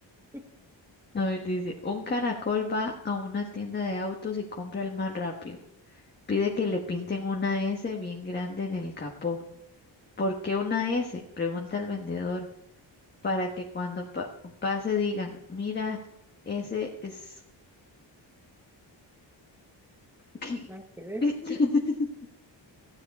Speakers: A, in the centre; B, on the left.
A: <laughs>
B: A ver, dice, un caracol va a una tienda de autos y compra el más rápido. Pide que le pinten una S bien grande en el capó. ¿Por qué una S? Pregunta el vendedor, para que cuando pa- pase digan, mira, ese es ¿Qué?
A: Nada que ver.
B: <laughs>